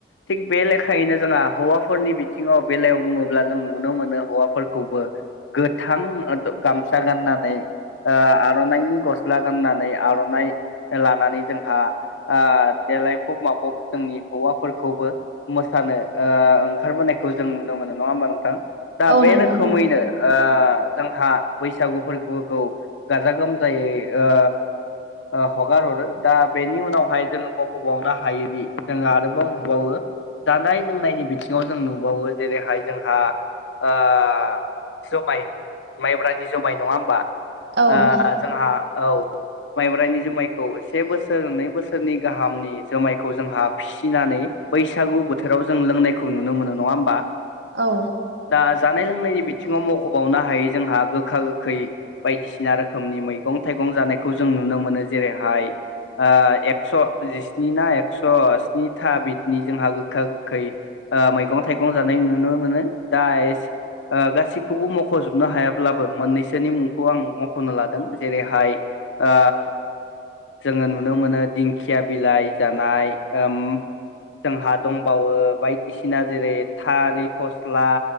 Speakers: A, on the left; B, on the right.
A: थिग बे लेखायैनो जोंहा हौवाफोरनि। बिथिङाव बेलायाव बुङोब्ला जों नुनो मोनो हौवाफोरखौबो। गोथां गामसा गाननानै। ओ-आरनाइनि गस्ला गाननानै आरनाइ लानानै जोंहा ओ-देलायफब माफब जोंनि हौवाफोरखौबो मोसा नो ओ-ओंखारबोनाय खौ जों नुनो मोनो नङा होमबा नोंथां दा
B: औ
A: बे
B: नंगौ
A: रोखोमैनो
B: नोंथां
A: ओ जोंहा बैसागुफोर-खौ खौ गाजा गोमजायै ओ ओ-हगार हरो दा बेनि उनावहाय जोङो मखबावनो हायोदि जोङो आरोबाव नुबावो। जानाय लोंनायनि बिथिङाव जों नुबावो जेरैहाय जोंहा। ओ-जुमाय माइब्रानि जुमाय नङा होमबा।
B: औ
A: ओ-जोंहा औ माइब्रायानि जुमायखौ से बोसोर नै बोसोरनि गाहामनि जोमायखौ जोंहा फि फिनानै बैसागु बोथोराव जों लोंनायखौ नुनो मोनो नङा होमबा।
B: औ
A: दा जानाय लोंनायनि बिथिङाव मखबावनो हायै जोंहा गोखा गोखै बायदिसिना रोखोमनि मैगं थाइगं। जानायखौ जों नुनो मोनो जेरैहाय। ओ-एक्स जिस्नि ना एकस स्नि था बिदनि जोंहा गोखा गोखै। ओ-मैगं थाइगं जानाय नुनो मोनो दा ओ-गासैखौबो मखजोबनो हायाब्लाबो मोननैसोनि मुंखौ आं मखनो लादों जेरैहाय आ जोङो नुनो मोनो दिंखिया बिलाइ जानाय उम। जोंहा दंबावो बायदिसिना जेरै थालिर फस्ला